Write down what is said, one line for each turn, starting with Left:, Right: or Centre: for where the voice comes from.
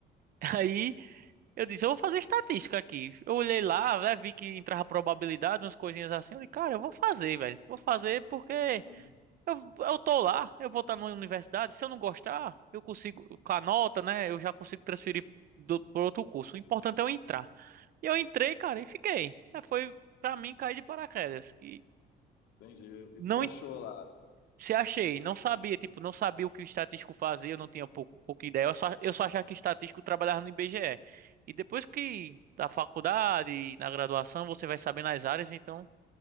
Right: <laughs> Aí eu disse, eu vou fazer estatística aqui. Eu olhei lá, né, vi que entrava probabilidade, umas coisinhas assim. Eu disse, cara, eu vou fazer, velho. Vou fazer porque
Left: Uhum.
Right: eu, eu tô lá, eu vou estar numa universidade. Se eu não gostar, eu consigo, com a nota, né, eu já consigo transferir do, pro outro curso. O importante é eu entrar. E eu entrei, cara, e fiquei. É, foi pra mim cair de paraquedas, que
Left: Entendi.
Right: não
Left: E se achou
Right: en-
Left: lá?
Right: se achei, não sabia, tipo, não sabia o que o estatístico fazia, eu não tinha pouco, pouca ideia. Eu só, eu só achava que estatístico trabalhava no IBGE. E E depois que da faculdade, na graduação, você vai saber nas áreas, então